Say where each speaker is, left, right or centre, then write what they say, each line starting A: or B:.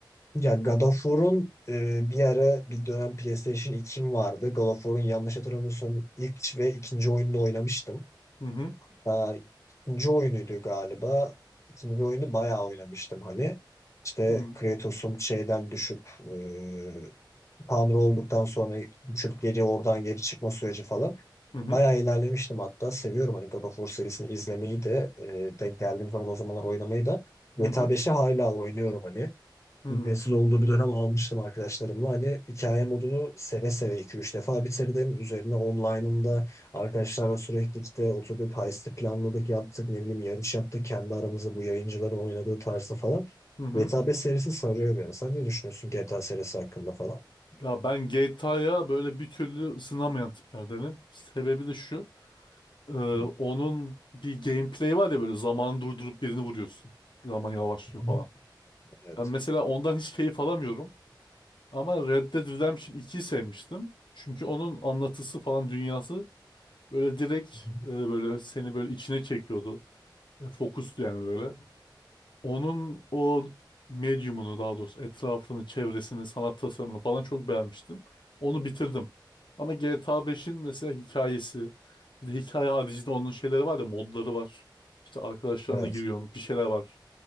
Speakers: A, on the left; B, on the left.
A: Ya God of War'un e, bir ara bir dönem PlayStation 2'm vardı. God of War'un yanlış hatırlamıyorsam ilk ve ikinci oyununu oynamıştım.
B: Hı hı.
A: Daha ikinci oyunuydu galiba. İkinci oyunu bayağı oynamıştım hani. İşte
B: Hı
A: Kratos'un şeyden düşüp e, Tanrı olduktan sonra düşüp geri oradan geri çıkma süreci falan.
B: hı.
A: Bayağı ilerlemiştim hatta. Seviyorum hani God of War serisini izlemeyi de e, denk geldiğim zaman o zamanlar oynamayı da.
B: Hı
A: GTA
B: hı.
A: 5'i hala oynuyorum hani.
B: Hı hı.
A: Ücretsiz olduğu bir dönem almıştım arkadaşlarımla. Hani hikaye modunu seve seve iki üç defa bitirdim. Üzerine online'ında arkadaşlarla sürekli işte oturduk, heist'i planladık, yaptık, ne bileyim yarış yaptık. Kendi aramızda bu yayıncıların oynadığı tarzda falan.
B: hı.
A: GTA 5 serisi sarıyor beni. Sen ne düşünüyorsun GTA serisi hakkında falan?
B: Ya ben GTA'ya böyle bir türlü ısınamayan tiplerdenim. Sebebi de şu. e,
A: Hı
B: onun bir gameplay var ya böyle zamanı durdurup birini vuruyorsun. Zaman yavaşlıyor
A: hı.
B: falan.
A: Evet.
B: Ben mesela ondan hiç keyif alamıyorum. Ama Red Dead Redemption 2'yi sevmiştim. Çünkü onun anlatısı falan dünyası böyle direkt
A: Hı hı.
B: e, böyle seni böyle içine çekiyordu. E, fokustu yani böyle. Onun o medyumunu daha doğrusu etrafını, çevresini, sanat tasarımını falan çok beğenmiştim. Onu bitirdim. Ama GTA 5'in mesela hikayesi, bir de hikaye haricinde onun şeyleri var ya modları var. İşte arkadaşlarına
A: Evet.
B: giriyorsun, bir şeyler var.